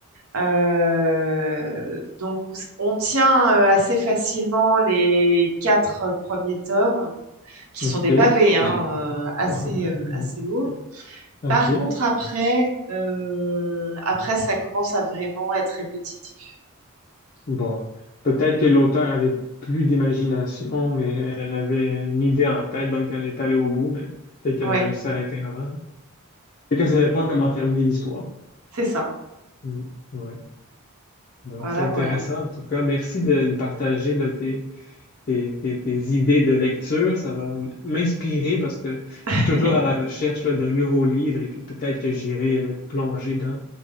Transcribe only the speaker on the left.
OK.
<laughs>
OK.
Bon, peut-être que l'auteur avait plus d'imagination, mais elle avait une idée en tête, donc elle est allée au bout, mais peut-être qu'elle
aurait dû s'arrêter avant. hein. Peut-être qu'elle savait pas comment terminer l'histoire.
Mm. Ouais. Bon,
c'est intéressant
en tout cas. Merci de me partager là, tes, des tes- tes idées de lecture. Ça va m- m'inspirer parce que
je suis toujours à la recherche là, d'un nouveau livre et puis peut-être que j'irai euh, plonger dans